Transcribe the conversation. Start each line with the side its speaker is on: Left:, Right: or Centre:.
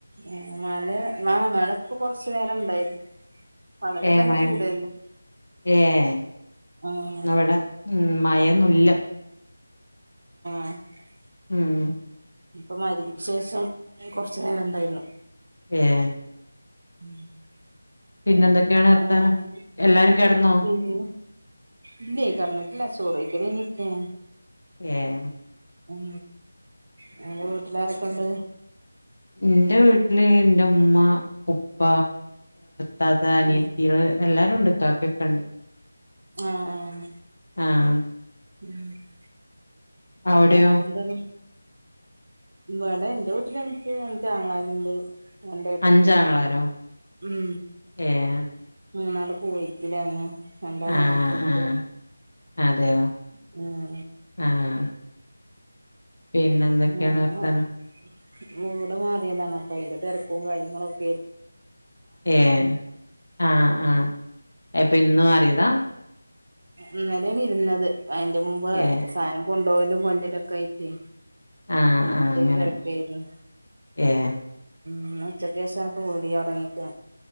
Right: ഏഹ് മഴ മഴ ഇപ്പൊ കൊറച്ചു നേരം ഇണ്ടായിരുന്നു പകലൊക്കെ
Left: ഏഹ്
Right: നല്ല
Left: മഴ
Right: ചൂടായിരുന്നു
Left: ഏഹ്
Right: ആഹ്
Left: ന്നാ വ്ടെ ഉം മയന്നൂല്ല
Right: <unintelligible>
Left: ഉം..
Right: ഇപ്പൊ മഗ്‌രിബ് ക്ക്‌ശേഷം കൊറച്ചു നേരം ഉണ്ടായിരുന്നു
Left: ഏഹ്
Right: <unintelligible>
Left: പിന്നെ എന്തൊക്കെയാണ് വർത്താനം
Right: ആഹ്
Left: എല്ലാരും കിടന്നോ
Right: പിന്നെ ഇല്ലേ കെടന്നിട്ടില്ല ചോറെയ്ക്കൽ കഴിഞ്ഞിട്ടിരിക്കാൻ
Left: ഏഹ്
Right: ഉം ങ്ങടെ വീട്ടിലാരൊക്കെ ഉണ്ട്
Left: എന്റെ വീട്ടില് എന്റെ ഉമ്മ ഉപ്പ താത്ത അനിയത്തിയാൾ
Right: ഉം
Left: എല്ലാരും ഉണ്ട് കാക്കയുമൊക്കെണ്ട്
Right: ആഹ് ആഹ്
Left: ആഹ്
Right: <unintelligible>
Left: അവിടെയോ
Right: വേറെന്താണ് വ്ടെ ന്റെ വീട്ടിൽ എനിക്ക് എനക്ക് അഞ്ചു ആങ്ങളാരുണ്ട് രണ്ടു ഏട്ടത്തി
Left: അഞ്ചാങ്ങളാരോ
Right: ണ്ട് ഉം
Left: ഏഹ്
Right: മൂന്നാൾ കുവൈറ്റ്ൽന്നെ രണ്ടാള്
Left: ആഹ്
Right: നാട്ടിലുണ്ട്
Left: ആഹ് അതെയോ
Right: ഉം
Left: ആഹ് പിന്നെ എന്തൊക്കെയാണ്
Right: ഏഹ്
Left: വർത്താനം
Right: വീട് മാറിയതാണ് അപ്പൊ അയിന്റെ തിരക്കും കാര്യങ്ങളും ഒക്കെ
Left: ഏഹ് ആഹ് ആഹ് അപ്പൊ ഇന്ന് മാറിയതാ?
Right: ഇന്നലാണ് ഇരുന്നത് അയിന്റെ മുമ്പ്
Left: ഏഹ്
Right: സാധനം കൊണ്ടോവാലും കൊണ്ടൊരലും ആയിട്ട്
Left: ആഹ് ആഹ്
Right: അപ്പൊ
Left: അങ്ങനെ
Right: ഈ തെരെക്കേയിരുന്നു
Left: ഏഹ്
Right: ന്ന് ഉച്ചക്ക് ശേഷമാണ് വിളി തുടുങ്ങീക്ക്ന